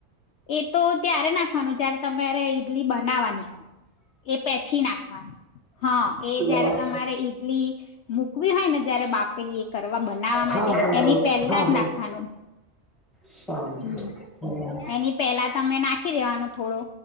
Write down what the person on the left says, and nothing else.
એટ તો ત્યારે નાખવાનું જયારે તમારે ઈડલી બનાવાની હોય, એ પછી નાખવાનું, હા
એ જયારે તમારે ઈડલી મૂકવી હોય ને જયારે બાપેલી એ કરવા બનાવા
માટે
એની પહેલા
જ
નાખવાનું,
હમ. એની પેલા તમે નાખી દેવાનો થોડો.